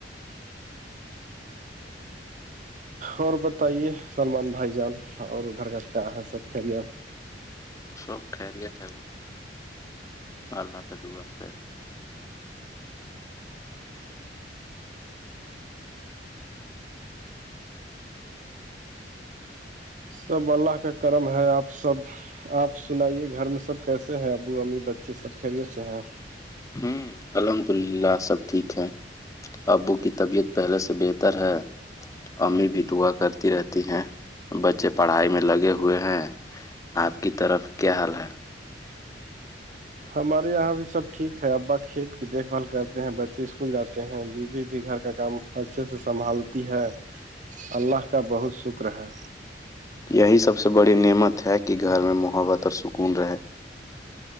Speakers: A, on the right (about 45°); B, on the left (about 20°).
A: اور بتائیے سلمان بھائی جان اور ادھر کا کیا ہے سب خری
B: سب خریت ہے اللہ کے دعا کے
A: سب اللہ کا کرم ہے آپ سب آپ سنائیے گھر میں سب کیسے ہیں ابو امی بچے سب خیریت سے ہیں
B: ہوں الحمد اللہ سب ٹھیک ہے ابو کی طبیعت پہلے سے بہتر ہے امی بھی دعا کرتی رہتی ہیں بچے پڑھائی میں لگے ہوئے ہیں آپ کی طرف کیا حال ہے
A: ہمارے یہاں بھی سب ٹھیک ہے ابا کھیت کی دیکھ بھال کرتے ہیں بچے اسکول جاتے ہیں بیوی بھی گھر کا کام اچھے سے سنبھالتی ہے اللہ کا بہت شکر ہے
B: یہی سب سے بڑی نعمت ہے کہ گھر میں محبت اور سکون رہے